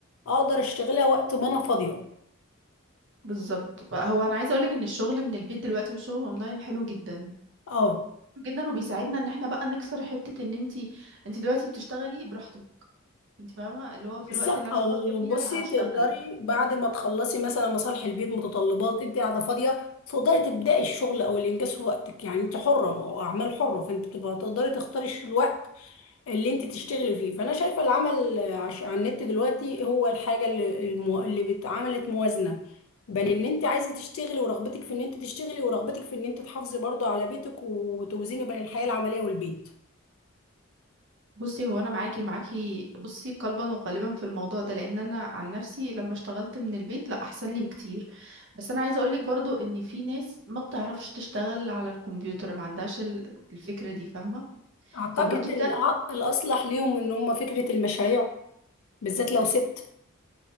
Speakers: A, on the left; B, on the right.
A: اقدر اشتغلها وقت ما انا فاضية
B: بالظبط هو انا عايزه اقولك ان الشغل من البيت دلوقتي والشغل اونلاين حلو جدا
A: اه
B: جدا وبيساعدنا ان احنا بقى نكسر حته ان انت انت دلوقتي بتشتغلي براحتك انت فاهمه اللي هو
A: بالظبط
B: في الوقت اللي انا
A: او
B: فاضيه فيه
A: بصي
B: انا هشتغل
A: تقدري بعد ما تخلصي مثلا مصالح البيت متطلبات انت قاعدة فاضية تقدري تبدأي الشغل او الانجاز في وقتك يعني انت حرة ما هو اعمال حرة فانت بتبقى تقدري تختاري الوقت اللي انت تشتغلي فيه فانا شايفه العمل عش- على النت دلوقتي هو الحاجه اللي المو... اللي بت- عملت موازنه بين ان انت عايزه تشتغلي ورغبتك في ان انت تشتغلي ورغبتك في ان انت تحافظي برضه على بيتك وتوزيني بين الحياه العمليه والبيت
B: بصي هو انا معاكي معاكي بصي قلبا وقالبا في الموضوع ده لان انا عن نفسي لما اشتغلت من البيت لا احسن لي بكتير بس انا عايزه اقولك برضو ان في ناس ما بتعرفش تشتغل على الكمبيوتر ما عندهاش ال- الفكره دي فاهمه
A: اعتقد
B: فبرضو التر...
A: الأ- الاصلح ليهم ان هم فكره المشاريع بالذات لو ست